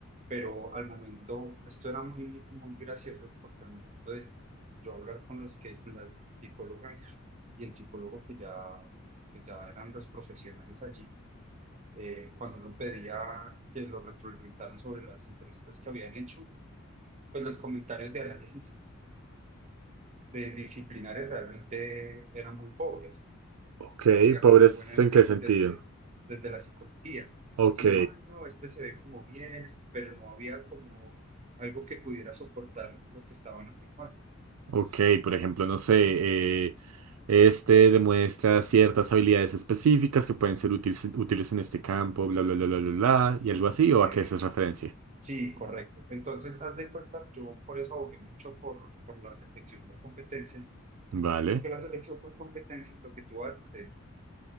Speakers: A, on the right (about 35°); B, on the right (about 85°).
A: pero al momento, esto era muy, muy gracioso, porque al momento de yo hablar con los que, con las psicólogas y el psicólogo que ya, que ya eran los profesionales allí, eh, cuando uno pedía que lo retroalimentaran sobre las entrevistas que habían hecho, pues los comentarios de análisis de disciplinares realmente eran muy pobres.
B: Ok,
A: no había
B: pobres,
A: como un buen análisis
B: ¿en qué sentido?
A: desde, desde la psicología,
B: Ok,
A: sino, ay, no, este se ve como bien, este- pero no había como algo que pudiera soportar lo que estaban afirmando.
B: ok, por ejemplo, no sé, eh, este demuestra ciertas habilidades específicas que pueden ser útiles, útiles en este campo, bla, bla, bla, bla, bla, bla, y algo así,
A: Eh,
B: ¿o a qué haces referencia?
A: sí, correcto. Entonces, haz de cuenta, yo por eso abogué mucho por, por la selección por competencias,
B: Vale.
A: porque la selección por competencias lo que tú haces es,